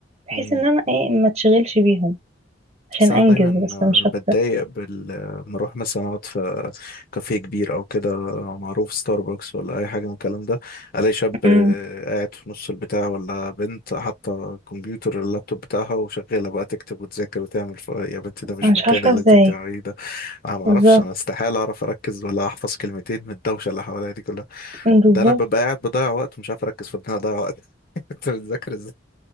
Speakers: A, on the right (about 35°); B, on the left (about 50°).
A: بحيث
B: مم.
A: إن أنا إيه ما تشغلش بيهم عشان
B: بس انا
A: أنجز
B: دايما
A: بس
B: آه،
A: مش
B: بتضايق
A: أكتر
B: بال آه، لما اروح مثلا اقعد في كافيه كبير او كده آه، معروف ستاربكس ولا اي حاجه من الكلام ده الاقي شاب آه،
A: أمم،
B: قاعد في نص البتاع ولا بنت حاطه الكمبيوتر اللابتوب بتاعها وشغاله بقى تكتب وتذاكر وتعمل ف... يا بنتي ده مش
A: أنا مش
B: مكان
A: عارفة
B: اللي
A: إزاي
B: انت بتعمليه ده انا ما
A: بالظبط
B: اعرفش انا استحاله اعرف اركز ولا احفظ كلمتين من الدوشه اللي حواليا دي كلها
A: بالظبط
B: ده انا ببقى قاعد بضيع وقت ومش عارف اركز في ان انا اضيع وقت <laughs> انت بتذاكر ازاي